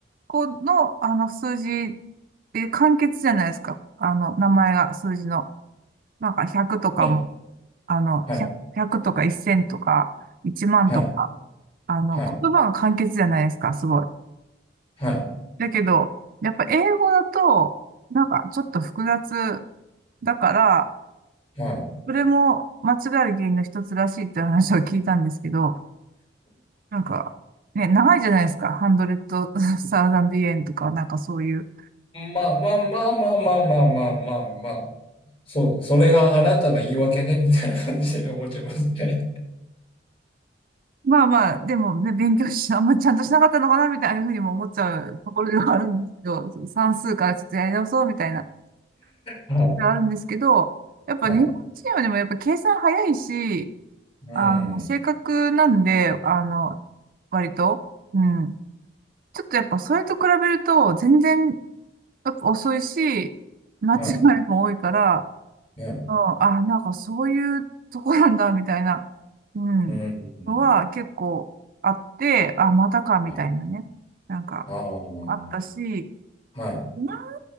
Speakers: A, on the right (about 50°); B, on the left (about 30°).
A: 語の、あの、数字で簡潔じゃないですか。あの、名前が、数字の。なんか、100とかも、
B: い、ね、
A: あの、
B: はい、
A: 100、0とか1 0とか、1万とか、
B: はい、
A: あの、
B: はい、
A: 言葉が簡潔じゃないですか、すごい。
B: はい、
A: だけど、やっぱ英語だと、なんか、ちょっと複雑だから、
B: はい。
A: それも間違える原因の一つらしいっていう話を聞いたんですけど、なんか、ね、長いじゃないですか。ハンドレットサウザンドイエンとか、なんかそういう。
B: まあまあまあまあまあまあまあまあ、まあ、そう、それがあなたの言い訳ね、みたいな感じで思っちゃいますね。
A: まあまあ、でもね、勉強し、あんまちゃんとしなかったのかな、みたいなふうにも思っちゃうところではあるんですけど、算数からちょっとやり直そうみたいなと
B: <laughs> はい
A: ころではあるんですけど、やっぱ日本チームでもやっぱ計算早いし、
B: はい。うん。
A: あの、正確なんで、あの、割と、うん。ちょっとやっぱそれと比べると、全然やっぱ遅いし、間違いも多いから、
B: はい。ね。
A: うん、あ、なんかそういうとこなんだ、みたいな、うん、
B: うん。
A: のは結構あって、あ、またか、みたいなね。
B: ね。
A: なんか
B: ああ、
A: あったし、
B: はい。
A: ま